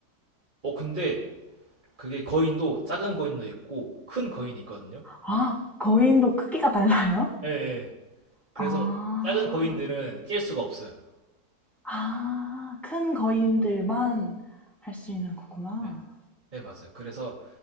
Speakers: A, on the right (about 30°); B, in the centre.
A: 어 근데 그게 거인도 작은 거인도 있고 큰 거인이 있거든요.
B: 아, 거인도 크기가 달라요?
A: 예. 예. 그래서
B: 아.
A: 작은 거인들은 깰 수가 없어요.
B: 아, 큰 거인들만 할 수 있는 거구나.
A: 예. 네, 맞아요. 그래서